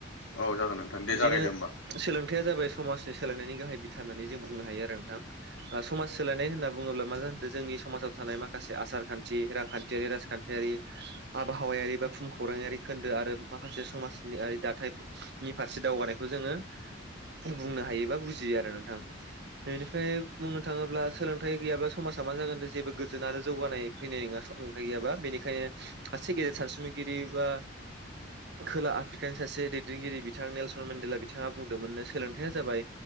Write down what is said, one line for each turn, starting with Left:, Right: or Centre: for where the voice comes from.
Left: औ जागोन नोंथां दे
Right: बिदिनो
Left: जागायदो होमबा
Right: सोलोंथायाइया जाबाय समाजनि सोलायनायनि गाहाय बिथा होननानै जों बुंनो हायो आरो नोंथां समाज सोलायनाय होनना जोंनि समाव थानाय माखासे आसारखान्थि रांखान्थियारि राजखान्थियारि बहावायारि बा फुम खौरां आरि खोन्दो आरो माखासे समाजनिारि दाथायनि फारसे दावगानायखौ जोङो बुंनो हायो बा बुजियो आरो नोंथां बेनिफ्राय बुंनो थाङोब्ला सोलों सथाइ गैयाब समाजा मा जागोने जेबो गोजोन आरो जौगानाय फैनाय नङा सोलोंथाइ गैयाबा बेनिखायनो गेजेर सानसुमैगिरि बा खोला आफ्रिकानि सासे दैदेनगिरि बिथां नेलसन मेडेला बिथाङा बुंदोंमोननो सोलोंथाइया जाबाय